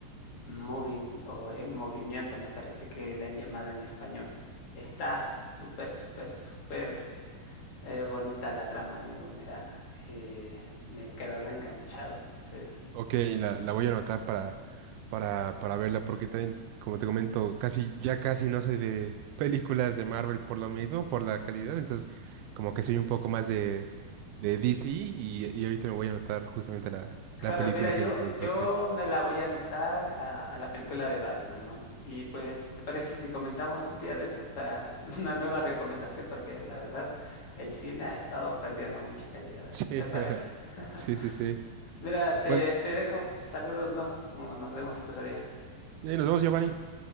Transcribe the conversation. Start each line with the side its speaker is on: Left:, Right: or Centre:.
Left: Moving o En Movimiento, me parece que le han llamado en español. Está súper, súper, súper eh, bonita la trama, amigo. Mira, eh, me he quedado enganchado. No sé si
Right: Ok, la, la voy a anotar para, para, para verla, porque también, como te comento, casi, ya casi no soy de <laughs> películas de Marvel por lo mismo, por la calidad. Entonces, como que soy un poco más de, de DC y, y ahorita me voy a anotar justamente la,
Left: Claro,
Right: la película
Left: mira, yo,
Right: que me comentaste.
Left: yo me la voy a anotar a, a la película de Batman, ¿no? Y pues, ¿te parece si comentamos un día de estos para <laughs> una nueva recomendación? Porque la verdad, el cine ha estado perdiendo mucha calidad.
Right: Sí,
Left: ¿Qué te parece?
Right: <laughs>
Left: <laughs>
Right: sí, sí, sí.
Left: Mira, te,
Right: Bueno,
Left: te dejo. Saludos, ¿no? Nos vemos otro día.
Right: eh, nos vemos, Giovanni.